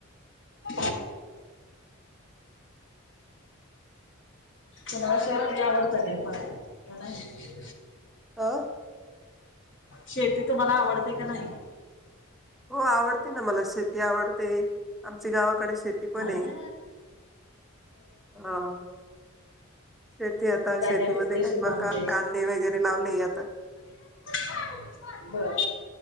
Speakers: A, on the left; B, in the centre.
A: <unintelligible> तणाला असती आवडत का फय प नाही,
B: आह
A: शेती तु मला आवडते का नाही!
B: हो आवडते ना मला शेती आवडते. आमची गावाकडे शेती पण
A: हा
B: आहे हा, शेती आता
A: काय
B: शेतीमध्ये
A: पिकतंय
B: काय
A: शेतामध्ये
B: मका कांदे वगैरे लावले आता,
A: <unintelligible> बर